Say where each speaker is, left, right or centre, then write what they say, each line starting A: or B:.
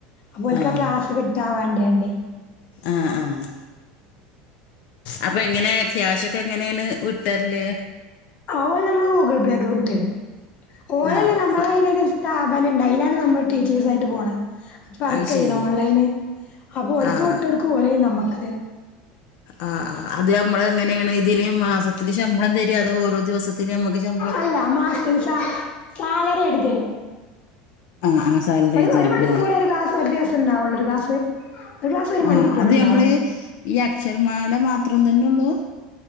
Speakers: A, on the left (about 40°); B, on the left (about 60°).
A: അപ്പോ ഓൽക്ക്
B: ആഹ്
A: ക്ലാസ് കിട്ടാ വേണ്ടിയണ്ടി
B: ആഹ് ആഹ് അപ്പൊ എങ്ങനെയ ക്യാഷ ഒക്കെ എങ്ങനെണ്ട വിട്ടര്ല്
A: ആഹ് ഓല് നമ്മള് ഗൂഗുൾ പേക് വിട്ടരും ഓലല്ലേ
B: ആ
A: നമ്മളെ
B: ഫ
A: അയിന് ഡിസ് സ്ഥാപനണ്ട് അയിലാണ് നമ്മള് ടീച്ചേഴ്സായിട്ട്പോണ് വർക്ക്
B: അത് ശരി
A: ചെയ്യണ് ഓൺലൈന് അപ്പൊ ഓൽക്
B: ആഹ്
A: വിട്ടോട്ക്കു ഓലയ്ന് നമ്മക്.
B: ആഹ് ആഹ് അത് നമ്മള് എങ്ങനെണ് ഇതിന് മാസത്തില്ൽ ശമ്പളം തര് അതോ ഓരോ ദിവസത്തിന് നമ്മുക്ക് ഷ
A: അല്ല മാസത്തിൽ സ സാലറി എടുതെരു
B: ആഹ് ആഹ് സാലറി
A: ഒരു
B: തരൂല്ലേ
A: ഒരു മണിക്കൂർ ഒരു ക്ലാസ് ഒരു ദിവസണ്ടാവുള്ളൂ ഒരു ഗ്ലാസ് ഒരു ക്ലാസ് ഒരു മണിക്കൂർ
B: ആഹ് അത്
A: ഉണ്ടാവും
B: നമ്മള് ഈ അക്ഷരമാല മാത്രം തന്നെള്ളൂ..